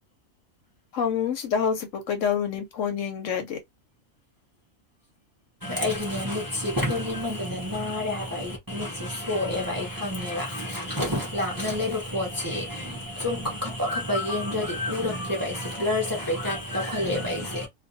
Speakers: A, on the left; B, on the right.
A: ꯐꯃꯨꯡꯁꯤꯗ ꯍꯧꯖꯤꯛꯕꯧ ꯀꯩꯗꯧꯔꯨꯅꯤ ꯐꯣꯟ ꯌꯦꯡꯗ꯭ꯔꯗꯤ
B: ꯑꯩꯒꯤꯅꯦ ꯃꯤꯠꯁꯤ ꯐꯣꯟ ꯌꯦꯡꯃꯟꯗꯅ ꯅꯥꯔꯦ ꯍꯥꯏꯕ ꯑꯩ ꯃꯤꯠꯁ ꯁꯣꯛꯑꯦꯕ ꯑꯩ ꯈꯪꯉꯦꯕ ꯂꯥꯞꯅ ꯂꯩꯕ ꯄꯣꯠꯁꯤ ꯁꯨꯝ ꯈ ꯈꯞ ꯈꯞꯄ ꯌꯦꯡꯗ꯭ꯔꯗꯤ ꯎꯔꯛꯇ꯭ꯔꯦꯕ ꯑꯩꯁꯦ ꯕ꯭ꯂꯔ ꯆꯠꯄꯩ ꯇꯥꯏꯞ ꯇꯧꯈꯠꯂꯛꯑꯦꯕ ꯑꯩꯁꯦ